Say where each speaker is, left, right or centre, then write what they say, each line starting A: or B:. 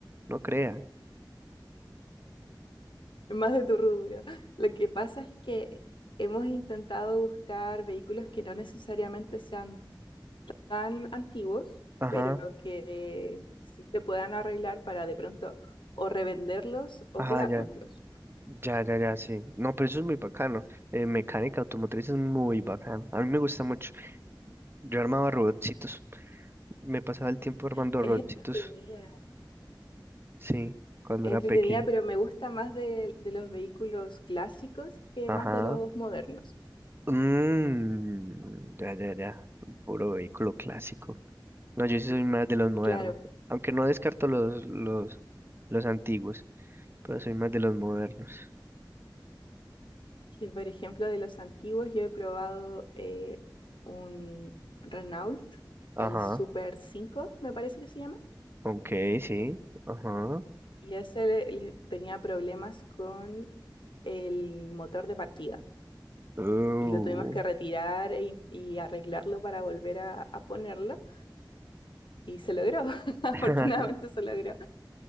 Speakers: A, on the right; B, on the left.
A: no crea.
B: más de tu rubro. Lo que pasa es que hemos intentado buscar vehículos que no necesariamente sean tan antiguos,
A: Ajá,
B: pero que sí te puedan arreglar para de pronto o revenderlos o
A: ajá,
B: quedárnoslos.
A: ya. Ya, ya, ya, sí. No, pero eso es muy bacano. Eh, mecánica automotriz es muy bacano. A mí me gusta mucho. Yo armaba robotcitos. Me pasaba el tiempo armando
B: Es
A: robotcitos.
B: entretenida,
A: Sí, cuando
B: es
A: era
B: entretenida,
A: pequeño.
B: pero me gusta más de, de los vehículos clásicos que
A: Ajá.
B: más de los modernos.
A: Mmm. ya, ya, ya. Puro vehículo clásico. No, yo sí soy más de los modernos.
B: Claro,
A: Aunque no descarto los, los, los antiguos, pero soy más de los modernos.
B: que por ejemplo de los antiguos yo he probado eh, un Renault,
A: Ajá.
B: el Super 5, me parece que se llama,
A: Ok, sí. Ajá.
B: y ese le- le tenía problemas con el motor de partida.
A: Uh.
B: Y lo tuvimos que retirar e in- y arreglarlo para volver a, a ponerlo. Y se logró, <laughs> afortunadamente
A: <laughs>
B: se logró.